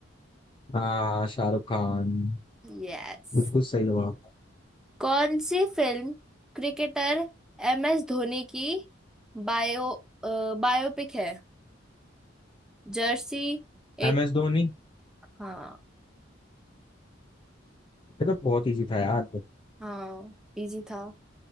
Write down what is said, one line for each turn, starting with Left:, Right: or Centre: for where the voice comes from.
Left: हाँ शाहरुख खान
Centre: यस
Left: बिल्कुल सही जवाब
Centre: कौन सी film Cricketer M S Dhoni की बायो अ, बायोपिक है जर्सी एट
Left: एम एस धोनी
Centre: हाँ
Left: ये तो बहुत इजी था यार
Centre: हाँ इजी था